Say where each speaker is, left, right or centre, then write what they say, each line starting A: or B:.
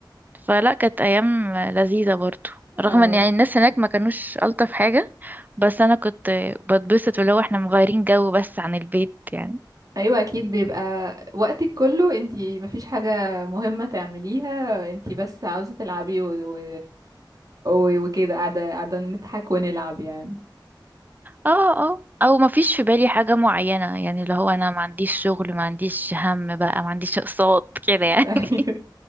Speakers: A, on the right (about 20°); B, on the right (about 50°).
A: فلا كانت أيام لذيذة برضو
B: أو.
A: رغم ان يعني الناس هناك ما كانوش ألطف حاجة بس أنا كنت بتبسط ولو احنا مغيرين جو بس عن البيت يعني
B: أيوة أكيد بيبقى وقتك كله انتي مفيش حاجة مهمة تعمليها انتي بس عاوزة تلعبي و... و... و... وكده قاعدة قاعدة نضحك ونلعب يعني
A: اه اه او ما فيش في بالي حاجة معينة يعني اللي هو انا ما عنديش شغل ما عنديش هم بقى ما عنديش اقساط كده يعني
B: <laughs> أيوة
A: <laughs>